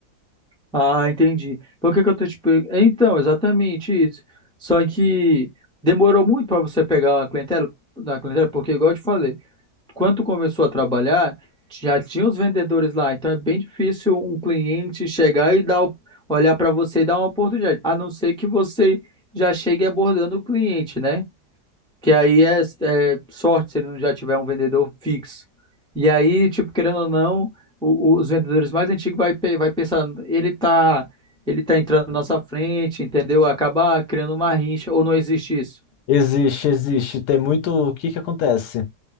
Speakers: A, in the centre; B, on the left.
A: Ah, entendi. Por que que eu tô te pe- Então, exatamente isso. Só que demorou muito para você pegar a clientela, da clientela, porque igual eu te falei, quando tu começou a trabalhar, já tinha os vendedores lá, então é bem difícil um cliente chegar e dar, o- olhar para você e dar uma oportunidade, a não ser que você já chegue abordando o cliente, né? Que aí é, é sorte se ele não já tiver um vendedor fixo. E aí, tipo, querendo ou não, o- o- os vendedores mais antigos vai, pe- vai pensar, ele tá, ele tá entrando na nossa frente, entendeu? Acaba criando uma rincha, ou não existe isso.
B: Existe, existe. Tem muito. O que que acontece?